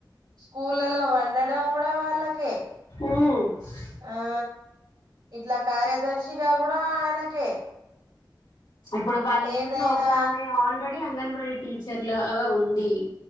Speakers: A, on the right; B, on the left.
A: స్కూళ్ళలో వండడం కూడా వాళ్ళకే
B: హు
A: హా ఇట్లా కార్యదర్శిగా కూడా ఆయనకే
B: ఇప్పుడు వాళ్ళ
A: ఏదైనా
B: ఇంట్లో ఒక ఆమె ఆల్రెడీ అంగన్వాడీ టీచర్ లాగా ఉంది